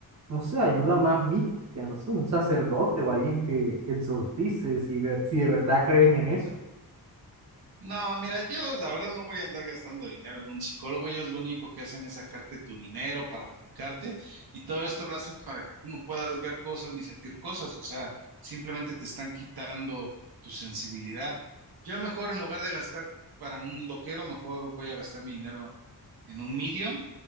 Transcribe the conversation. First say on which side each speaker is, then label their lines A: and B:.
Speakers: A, on the right (about 45°); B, on the right (about 80°).
A: no sé, ayuda más mística, no sé, un sacerdote o alguien que, que exorcice, si, ver, si de verdad crees en eso.
B: No, mira, yo la verdad no voy a andar gastando dinero en un psicólogo. Ellos lo único que hacen es sacarte tu dinero para medicarte y todo esto lo hacen para que tú no puedas ver cosas ni sentir cosas. O sea, simplemente te están quitando tu sensibilidad. Yo mejor en lugar de gastar para un loquero, mejor voy a gastar mi dinero en un medium